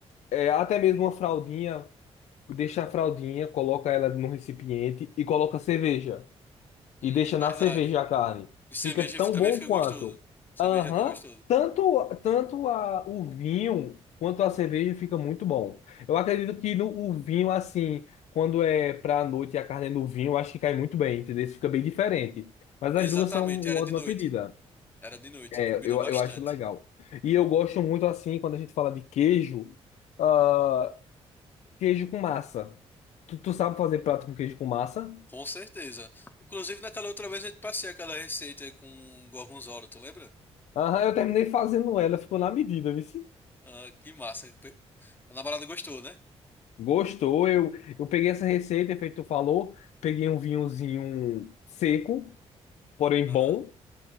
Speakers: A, on the left; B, on the left.
A: é, até mesmo uma fraldinha, deixa a fraldinha, coloca ela num recipiente e coloca cerveja.
B: Hum,
A: e deixa
B: verdade.
A: na cerveja a carne.
B: E cerveja
A: Fica tão
B: também
A: bom
B: fica
A: quanto.
B: gostoso. Cerveja
A: Aham.
B: é bem gostoso.
A: Tanto, tanto a, o vinho quanto a cerveja fica muito bom. Eu acredito que no, o vinho, assim, quando é pra noite e a carne é no vinho, eu acho que cai muito bem, entendeu? Isso fica bem diferente. Mas as
B: Exatamente,
A: duas são uma
B: era
A: ótima
B: de noite.
A: pedida.
B: Era de noite,
A: É,
B: combinou
A: eu,
B: bastante.
A: eu acho legal. E eu gosto muito, assim, quando a gente fala de queijo, ah, queijo com massa. Tu, tu sabe fazer prato com queijo com massa?
B: Com certeza. Inclusive, naquela outra vez eu te passei aquela receita com gorgonzola, tu lembra?
A: Aham, eu terminei fazendo ela, ficou na medida, viu?
B: Ah, que massa. Pe- A namorada gostou, né?
A: Gostou? Eu, eu peguei essa receita, é feito tu falou, peguei um vinhozinho seco, porém
B: Aham.
A: bom.